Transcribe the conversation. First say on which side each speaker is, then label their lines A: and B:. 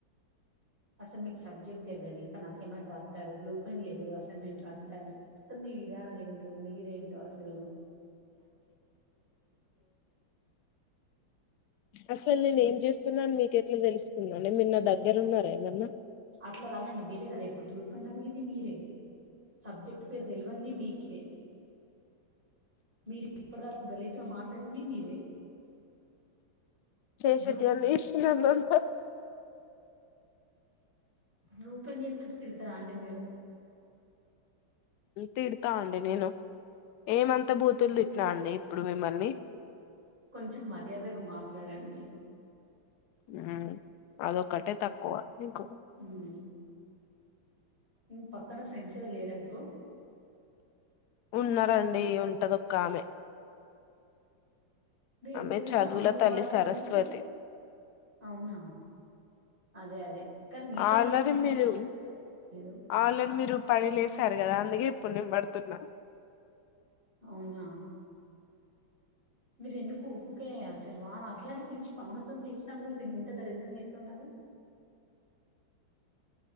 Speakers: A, on the right; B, on the left.
A: అస మీకు సబ్జెక్ట్ తెల్వది కానీ అసైన్మెంట్ రా తరు బ్లూ పెన్ లేదు అసైన్మెంట్ రాత్తరు అసలు మీ విధానాలు ఏంటో మీరు ఏంటో తెలుగు
B: అసలు నేను ఏం చేస్తున్నాను మీకు ఎట్లా తెలుసు దండి మీర్ నా దగ్గర ఉన్నారేమన్నా
A: అట్లా కాదండి మీరే కదా ఇప్పుడు బ్లూ పన్ అడిగింది మీరే, సబ్జెక్ట్ పేరు తెలివంది మీకే మీరు ఇప్పటి దాకా గలీజ్ గా మాట్లాడింది మీరే
B: శేషటి
A: బ్లూ
B: అన్న ఇషన్నం
A: రూపని అక్కకి తిడతారా అండి మీరు
B: తిడతా అండి నేను ఏమంత బూతులు తిట్ల అండి ఇప్పుడు మిమ్మల్ని
A: కొంచెం మర్యాదగా మాట్లాడండి
B: మ్ అది ఒకటే తక్కువ మీకు
A: మ్ మ్ పక్కన ఫ్రెండ్స్ ఎవరు లేరనుకో
B: ఉన్నారండి ఉంటది ఒక్క ఆమె
A: మీరు
B: ఆమె
A: ఎప్పుడు చూసినా
B: చదువుల
A: ఆమె మీద
B: తల్లి
A: పడతారు
B: సరస్వతి,
A: ఎందుకు అవునా అదే అదే. కానీ మీతోని
B: ఆల్రెడీ
A: ఎట్లా ఫ్రెండ్‌షిప్
B: మీరు
A: చేసిందని నాకు అర్థం కాలేదు.
B: ఆల్రెడీ మీరు పడి లేసారు కదా అందుకే, ప్పునేం పడుతున్నా
A: అవునా మీరు ఎందుకు ఉకుకే అసలు వా అట్లాంటి ఫ్రెండ్షిప్ ఆమెమతోం చేసిన కూడా మీరు ఇంత దరిద్రంగా ఎ టున్నారు